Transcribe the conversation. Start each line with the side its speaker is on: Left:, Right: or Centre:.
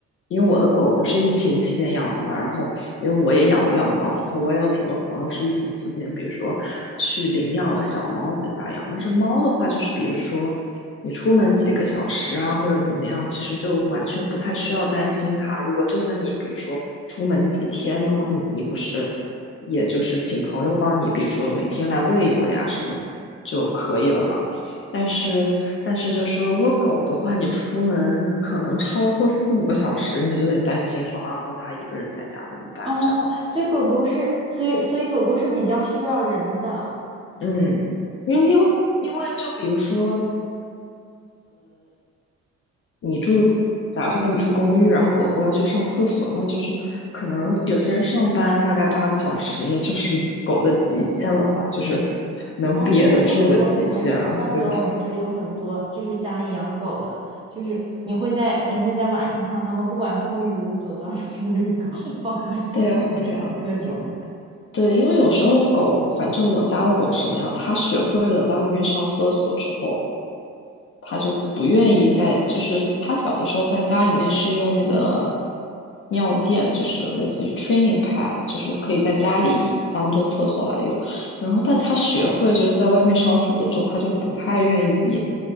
Left: 因为我的狗狗是疫情期间养的嘛，然后因为我也养不了猫，然后我也有挺多朋友是疫情期间，比如说去领养了小猫回家养，但是猫的话就是比如说。你出门几个小时啊，或者怎么样，其实就完全不太需要担心它。如果就算你比如说出门几天的话，你你不是也就是请朋友帮你，比如说每天来喂一喂啊什么就可以了嘛。但是但是就是如果狗的话，你出门可能超过四五个小时，你就得担心说啊，那它一个人在家怎么办？
Right: 哦，
Left: 这样子，
Right: 所以狗狗是，所以所以狗狗是比较需要人的。
Left: 嗯，因为因为因为就比如说。你住，假如说你住公寓，然后狗狗要去上厕所，那就是可能有些人上班大概八个小时，也就是狗的极限了吧，就是能憋得住的极限了，
Right: 哦，对，怪不得我们，怪不得我们这里有很多就是家里养狗的，
Left: 对吧？
Right: 就是你会在你会在晚上看到它们，不管风雨无阻 <laughs> 都要出去遛狗，包括下雪什么各种。
Left: 对呀，对呀，对，因为有时候狗，反正我家的狗是那样，它学会了在外面上厕所之后，他就不愿意在，就是他小的时候在家里面是用那个尿垫，就是类似于 training pad，就是可以在家里当做厕所来用。然后，但他学会就是在外面上厕所之后，他就不太愿意